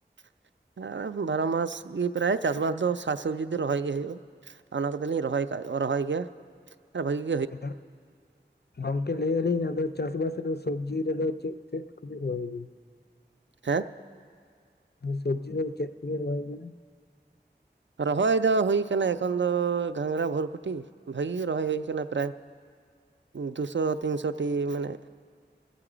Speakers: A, on the right; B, on the left.
A: ᱾ ᱟᱨ ᱵᱟᱨᱚ ᱢᱟᱥ ᱜᱮ ᱯᱨᱟᱭ ᱪᱟᱥ ᱵᱟᱥ ᱫᱚ ᱥᱟᱠᱥᱚᱵᱽᱡᱤ ᱫᱚ ᱨᱚᱦᱚᱭ ᱜᱮ ᱦᱩᱭᱩᱜ-ᱟ ᱾ ᱚᱱᱟ ᱠᱚᱫᱚᱞᱤᱧ ᱨᱚᱦᱚᱭ ᱠᱟᱜ ᱨᱚᱦᱚᱭ ᱜᱮᱭᱟ <inaudible> ᱟᱨ ᱵᱷᱟᱹᱜᱤ
B: ᱟᱫᱚ ᱜᱚᱝᱠᱮ ᱞᱮᱭᱮᱜᱼᱟ ᱞᱤᱧ ᱟᱫᱚ ᱪᱟᱥᱵᱟᱥ ᱨᱮᱫᱚ ᱥᱚᱵᱽᱡᱤ ᱨᱮᱫᱚ ᱪᱮᱫ ᱪᱮᱫ ᱠᱚ ᱵᱤᱱ ᱨᱚᱦᱚᱭ ᱜᱮᱭᱟ?
A: ᱦᱮᱸ?
B: ᱟᱨ ᱥᱚᱵᱡᱽᱤ ᱨᱮᱫᱚ ᱪᱮᱫ ᱠᱚᱵᱤᱱ ᱨᱚᱦᱚᱭ ᱜᱮᱭᱟ?
A: ᱨᱚᱦᱚᱭ ᱫᱚ ᱦᱩᱭ ᱠᱟᱱᱟ ᱮᱠᱷᱚᱱ ᱫᱚ ᱜᱷᱟᱝᱜᱽᱨᱟ ᱵᱷᱚᱨᱵᱷᱚᱴᱤ ᱵᱷᱟᱹᱜᱤ ᱜᱮ ᱨᱚᱦᱚᱭ ᱦᱩᱭ ᱟᱠᱟᱱᱟ ᱯᱨᱟᱭ᱾ ᱫᱩᱥᱚ ᱛᱤᱱᱥᱚ ᱴᱤ ᱢᱟᱱᱮ